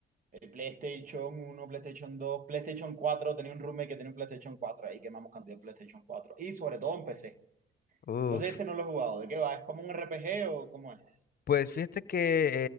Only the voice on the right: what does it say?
el PlayStation uno, PlayStation dos, PlayStation cuatro. tenía un roommate que tenía un PlayStation cuatro ahí quemamos cantidad de PlayStation cuatro. Y sobre todo en PC.
Entonces ese no lo he jugado. ¿De qué va? ¿Es como un RPG o cómo es?